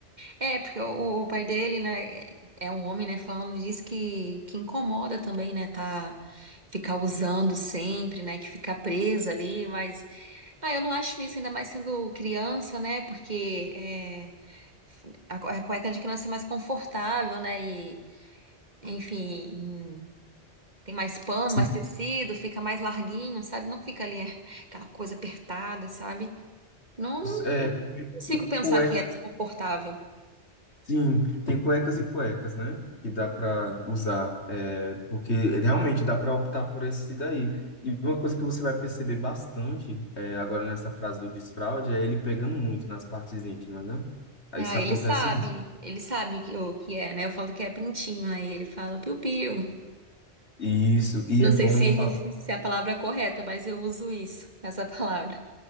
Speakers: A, on the right; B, on the left.
A: É, porque o, o pai dele, né, é um homem, né, falando disso que, que incomoda também, né, tá, ficar usando sempre, né, que ficar preso ali, mas, ah, eu não acho isso, ainda mais sendo criança, né, porque é, a, cu- a cueca de criança é mais confortável, né, e, enfim, em- tem mais pano,
B: Sim.
A: mais tecido, fica mais larguinho, sabe, não fica ali é, aquela coisa apertada, sabe? Não, não,
B: É,
A: eu não consigo pensar
B: cueca
A: que é desconfortável.
B: Sim, tem cuecas e cuecas, né? Que dá para usar, é, porque realmente dá para optar por esse daí. E uma coisa que você vai perceber bastante é, agora nessa frase do desfraude é ele pegando muito nas partes íntimas, né? Aí
A: Ah,
B: Isso
A: ele
B: acontece.
A: sabe, ele sabe o que, o que é, né? Eu falo que é pintinho, aí ele fala piu-piu.
B: Isso, e
A: Não
B: é bom
A: sei se,
B: falar,
A: <laughs> se é a palavra é correta, mas eu uso isso, essa palavra.